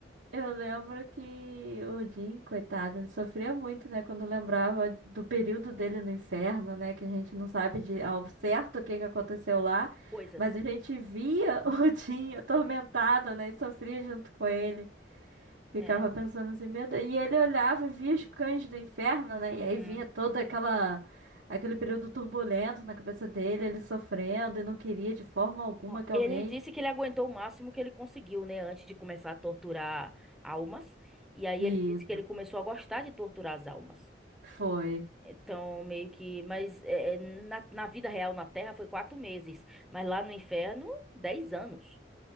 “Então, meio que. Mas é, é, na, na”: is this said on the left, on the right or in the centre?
Centre